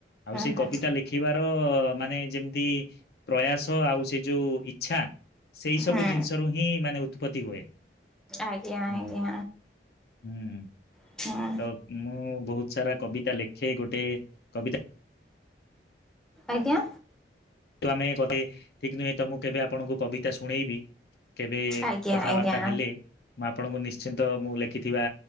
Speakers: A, on the left; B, in the centre.
A: ଆଉ ସେଇ
B: ହୁଁ
A: କବିତା ଲେଖି ଶଖିବାର ମାନେ ଯେମିତି ପ୍ରୟାସ ଆଉ ସେ ଯୋଉ ଇଛା। ସେଇ ସବୁ
B: ହୁଁ
A: ଜିନିଷ ରୁ ହିଁ ମାନେ ଉତ୍ପତ୍ତି ହୁଏ।
B: ଆଜ୍ଞା
A: ହୁଁ
B: ଆଜ୍ଞା
A: ହୁଁ
B: ହୁଁ
A: ତ ମୁଁ ବହୁତ ସାରା କବିତା ଲେଖେ ଗୋଟେ କବିତା
B: ଆଜ୍ଞା।
A: ତୁ ଆମେ କେବେ ଟିକ୍ ନିକ୍ ତ ମୁଁ କେବେ ଆପଣଙ୍କୁ କବିତା ଶୁଣେଇବି। କେବେ
B: ଆଜ୍ଞା
A: କଥାବାର୍ତ୍ତା
B: ଆଜ୍ଞା
A: ହେଲେ ମୁଁ ଆପଣଙ୍କୁ ନିଶ୍ଚିନ୍ତ ମୁଁ ଲେଖିଥିବା